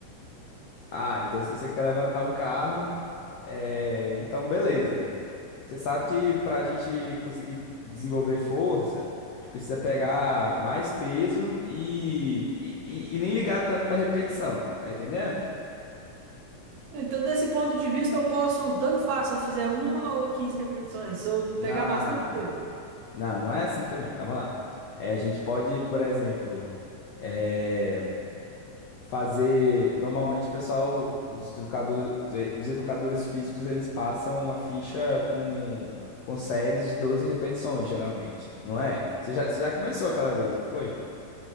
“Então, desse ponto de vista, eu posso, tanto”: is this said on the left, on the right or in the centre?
Right